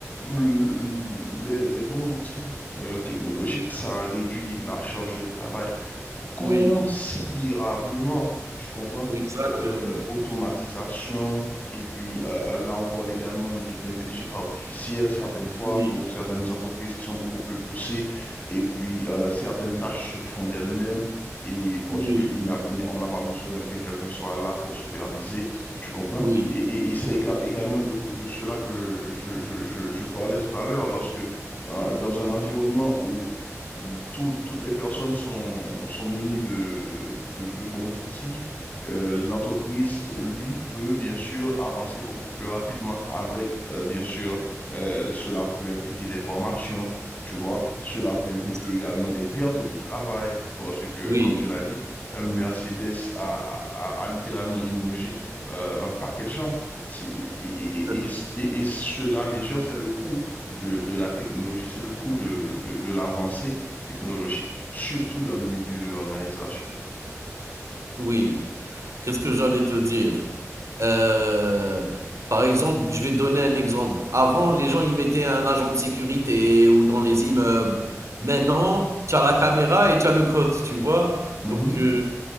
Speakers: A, on the left (about 30°); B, on the right (about 65°).
A: l- les, les bons outils euh, technologiques, ça réduit la charge de travail. considérablement,
B: Oui,
A: tu comprends,
B: exactement.
A: euh, automatisation, et puis euh, euh, là on parle également de- d'intelligence artificielle certaines fois
B: Oui,
A: pour certaines entreprises qui sont beaucoup plus poussées, et puis euh, certaines tâches se font d'elles-mêmes, et parce
B: oui,
A: que il n'y a, il n'y a- on n'a pas besoin que quelqu'un soit là pour superviser, tu comprends?
B: oui,
A: Et, et- et c'est éga- également de, de cela que je, je, je, je parlais tout à l'heure, lorsque euh, dans un environnement où tout- toutes les personnes sont, sont munies de, de, de- de bons outils. Euh, l'entreprise, lui, peut bien sûr avancer beaucoup plus rapidement avec, euh, bien sûr, euh, cela peut impliquer des formations, tu vois, cela peut impliquer
B: oui.
A: également des pertes de travail, parce que,
B: Oui,
A: comme tu l'as dit, euh, Mercedes a, a- a littéralement limogé euh, un paquet de gens. C'est- Et, et,
B: c'est
A: et, et- et cela, bien sûr, c'est le coût de, de la technologie, c'est le coût de, de, de l'avancée technologique, surtout dans le milieu de l'organisation.
B: oui. Qu'est-ce que j'allais te dire? Heu, par exemple, je vais te donner un exemple. Avant, les gens, ils mettaient un agent de sécurité ou dans les immeubles. Maintenant, tu as la caméra et tu as le code, tu vois?
A: Mhm,
B: Donc heu,